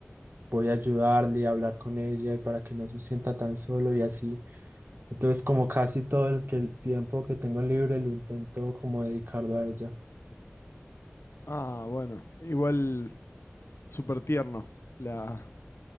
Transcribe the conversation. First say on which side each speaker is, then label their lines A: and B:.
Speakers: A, on the right (about 50°); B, on the left (about 70°).
A: voy a ayudarle a hablar con ella y para que no se sienta tan solo y así. Entonces, como casi todo el, que el tiempo que tengo libre lo intento como dedicarlo a ella.
B: Ah, bueno, igual súper tierno. La,